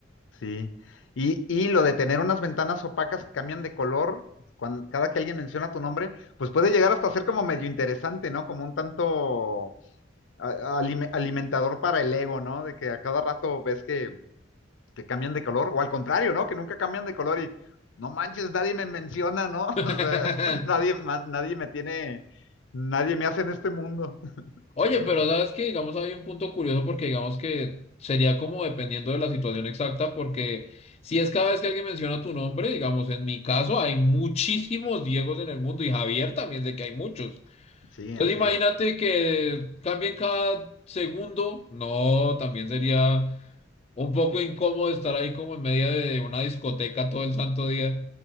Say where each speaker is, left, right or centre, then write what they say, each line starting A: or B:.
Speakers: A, on the left; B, on the left.
A: sí. Y, y lo de tener unas ventanas opacas que cambian de color, cuando, cada que alguien menciona tu nombre, pues puede llegar hasta ser como medio interesante, ¿no? Como un tanto a- alime- alimentador para el ego, ¿no? De que a cada rato ves que que cambian de color, o al contrario, ¿no? Que nunca cambian de color y no manches, nadie me menciona, ¿no?
B: <laughs>
A: O sea, <laughs> nadie, ma- nadie me tiene, nadie me hace en este mundo <laughs>
B: Oye,
A: también.
B: pero sabes que, digamos, hay un punto curioso porque digamos que sería como dependiendo de la situación exacta, porque si es cada vez que alguien menciona tu nombre, digamos, en mi caso hay muchísimos Diegos en el mundo y Javier también sé que hay muchos.
A: Sí,
B: Entonces
A: así
B: imagínate
A: es.
B: que cambien cada segundo, no, también sería un poco incómodo estar ahí como en medio de una discoteca todo el santo día.